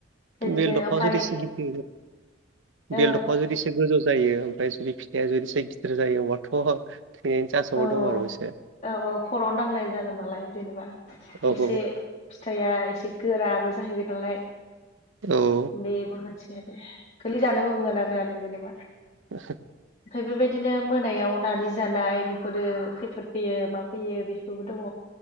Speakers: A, on the left (about 35°); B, on the right (about 75°).
A: बिदिनो
B: बेल दंफा
A: ओमफ्राय
B: जदि सिगिथ
A: औ
B: बेल दंफा जदि एसे गोजौ जायो ओमफ्राय जुदि फिथाइआ जुदि एसे गिदिर जायो अबाथ' थैनायनि चान्सआव
A: औ
B: दं आरो एसे
A: औ औ खर'आवनो नांनाय जागोन नालाय जेनेबा
B: औ औ
A: एसे फिथाइआ एसे गोराबो जाहैबाय नालाय
B: औ
A: बेबो मोनथि दे गोलै जानोबो मोनानोआानो जेनेबा
B: <unintelligible>
A: ओमफफ्राय बेबायदिनो मोनायाव नानि जानाय बेफोरो खैफोद फैयो मा फैयो बेफोरबो दङ